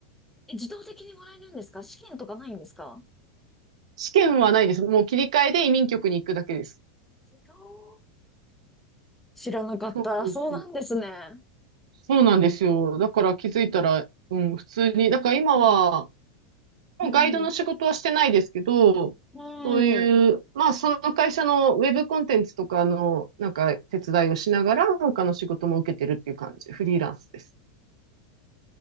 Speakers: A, in the centre; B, on the right.
A: え、自動的にもらえるんですか試験とかないんですか
B: 試験はないです。もう切り替えで移民局に行くだけです。
A: 自動知らなかった。
B: そうそうそう。
A: そうなんですね。
B: そうなんですよ。だから気づいたら、うん、普通に、だから今は、
A: うん。
B: もうガイドの仕事はしてないですけど、
A: うん。う
B: そういう、
A: ん。
B: まあその会社のウェブコンテンツとかの、なんか手伝いをしながら、他の仕事も受けてるっていう感じ、フリーランスです。